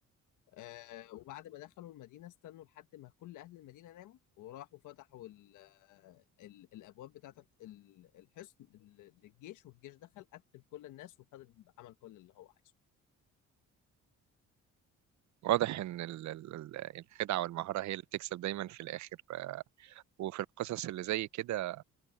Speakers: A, on the left (about 80°); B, on the right (about 65°).
A: آه وبعد ما دخلوا المدينة استنوا لحد ما كل أهل المدينة ناموا وراحوا فتحوا ال آه، ال الأبواب بتاعة ال- الحصن لل- للجيش والجيش دخل قتل كل الناس وخد عمل كل اللي هو عايزه
B: واضح ان ال- ال- ال- الخدعه والمهاره هي اللي بتكسب دايما في الاخر آه، وفي القصص اللي زي كده